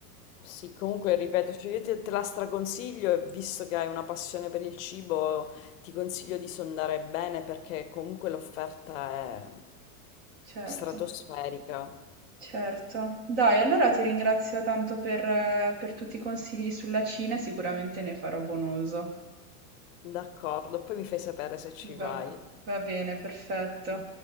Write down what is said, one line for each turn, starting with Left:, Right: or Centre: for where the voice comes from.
Left: Sì, comunque ripeto, cioè io te, te la straconsiglio e visto che hai una passione per il cibo, ti consiglio di sondare bene perché comunque l'offerta è
Right: Certo,
Left: stratosferica.
Right: certo. Dai, allora ti ringrazio tanto per, eh, per tutti i consigli sulla Cina e sicuramente ne farò buon uso.
Left: D'accordo, poi mi fai sapere se ci vai.
Right: Va, va bene, perfetto.